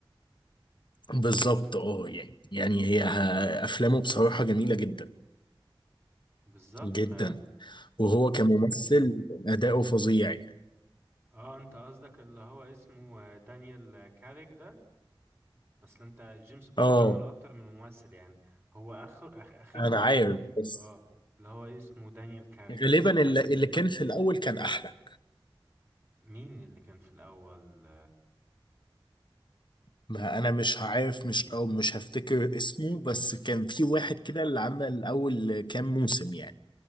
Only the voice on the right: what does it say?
بالظبط
ف
اه انت قصدك اللي هو اسمه آه، دانيال كاريك ده اصل انت جيمس بوند
عمله اكتر من ممثل يعني هو اخر أخ... اخرهم
اه اللي هو إيه اسمه دانيال كاريك
ده
مين اللي كان في الاول
امم
أصل...